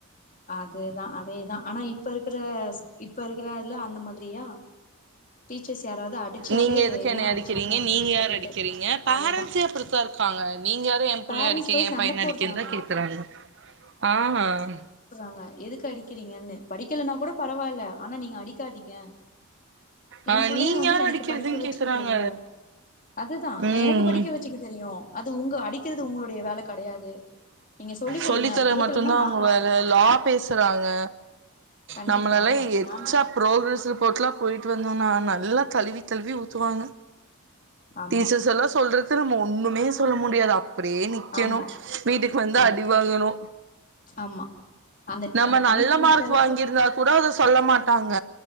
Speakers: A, on the left; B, on the right.
A: அதேதான் அதேதான் ஆனா இப்ப இருக்குற ஸ் இப்ப இருக்கற இதுல அந்த மாதிரியா டீச்சர்ஸ் யாராவது அடிச்சாலே
B: நீங்க எதுக்கு
A: ஏ
B: என்னயா
A: அடிச்சீங்க
B: அடிக்கிறீங்க
A: அப்டின்னு
B: நீங்க யாரு
A: சொல்லிட்டு
B: அடிக்கிறீங்க பேரன்ட்ஸே
A: அதுதா
B: அப்டித்தான் இருக்காங்க நீங்க யாரு என்
A: பேரண்ட்ஸ்
B: புள்ளய அடிக்க
A: போய்
B: என்
A: சண்ட
B: பையன
A: போடுறாங்க
B: அடிக்கன்னு தான் கேக்குறாங்க ஆஹ்
A: ங்க எதுக்கு அடிக்கிறீங்கன்னு படிக்கலன்னாக் கூட பரவால்ல ஆனா நீங்க அடிக்காதீங்க
B: ஆ
A: என் புள்ளைய
B: நீங்க
A: வந்து
B: யாரு
A: எனக்கு
B: அடிக்கிறதுன்னு
A: படிக்க வச்சுக்க
B: கேக்குறாங்க
A: தெரியும் அதுதான்
B: ம்
A: நான் எனக்கு படிக்க வச்சுக்க தெரியும் அது உங்க அடிக் கிறது உங்களுடைய வேல கெடையாது நீங்க சொல்லி குடுங்க
B: சொல்லித்தர
A: கேக்கலனா
B: மட்டுந்தா
A: நான்
B: அவங்க
A: பாத்து
B: வேல லா பேசுறாங்க
A: கண்டிப்பா
B: நம்மளெல்லாம்
A: ஆமா
B: எச்சா
A: நான்தா
B: ப்ரோக்ரஸ் ரிப்போர்ட்லாம் போய்ட்டு வந்து நா நல்லா கலுவி கலுவி ஊத்துவாங்க
A: ஆமா
B: டீசர்ஸ் எல்லாம் சொல்றது <unintelligible> நம்ம ஒண்ணுமே சொல்ல முடியாது அப் அப்டியே நிக்கணு
A: ஆமா
B: வீட்டுக்கு வந்தா
A: நமக்கு
B: அடி வாங்கணு
A: ஆமா அந்த
B: நம்ம
A: அந்த
B: நல்ல
A: மீட்டிங்
B: மார்க்
A: வச்சாலே
B: வாங்கியிருந்தாக்கூட அத சொல்ல மாட்டாங்க